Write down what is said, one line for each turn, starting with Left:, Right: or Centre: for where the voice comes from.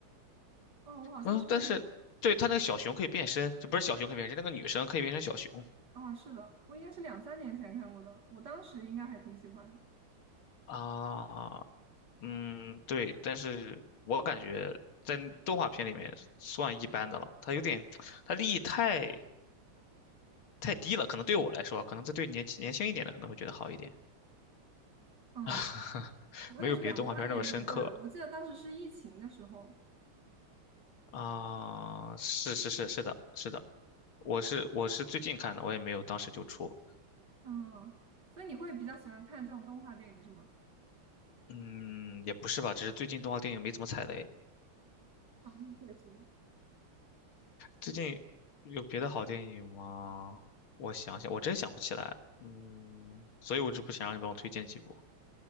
Right: 哦，我好像是，
Left: 嗯，但是对它那个小熊可以变身，这不是小熊可以变身，那个女生可以变成小熊
Right: 哦，是的，我应该是两三年前看过的，我当时应该还挺喜欢的。
Left: 啊。嗯，对，但是我感觉在动画片里面算一般的了，它有点，它利益太太低了，可能对我来说，可能这对年轻年轻一点的可能会觉得好一点，
Right: 嗯，
Left: <laughs>
Right: 我也是两三年之前看的，
Left: 没有别的动画片那么深刻
Right: 我记得当时是疫情的时候。
Left: 啊。是是是是的，是的，我是我是最近看的，我也没有当时就出，
Right: 嗯，所以你会比较喜欢看这种动画电影是吗？
Left: 嗯，也不是吧，只是最近动画电影没怎么踩雷。
Right: 哦，那确实。
Left: 最近有别的好电影吗？我想想，我真想不起来，嗯，所以我就不想让你帮我推荐几部。